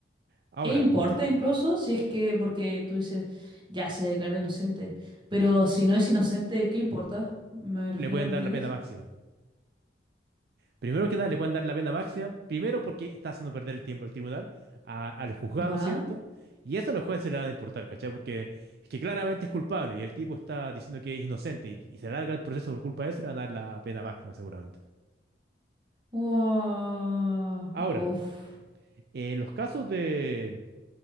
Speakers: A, on the right; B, on the right.
A: Ahora,
B: E importa incluso si es que, porque tú dices, ya se declaró inocente, pero si no es inocente, ¿qué importa? Me refiero,
A: le pueden
B: ¿me
A: dar
B: entiendes?
A: la pena máxima. Primero que nada, le pueden dar la pena máxima, primero porque está haciendo perder el tiempo al tribunal, a, a los juzgados,
B: Ya.
A: ¿cierto? Y eso a los jueces le van a importar, ¿cachai? Porque es que claramente es culpable y el tipo está diciendo que es inocente y, y se alarga el proceso por culpa de eso, le van a dar la pena máxima seguramente.
B: Wow.
A: Ahora,
B: Uf.
A: eh, los casos de,